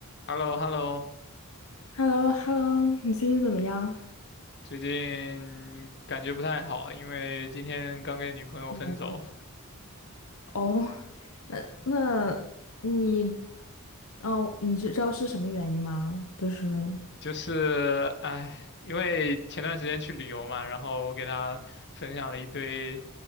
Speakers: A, on the left; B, on the left.
A: h e l l o h e l l o
B: h e l l o h e l l o 你最近怎么样？
A: 最近感觉不太好，因为今天刚跟女朋友分手，
B: 嗯哦，那那你，哦，你知知道是什么原因吗？就是，
A: 就是哎，因为前段时间去旅游嘛，然后我给她分享了一堆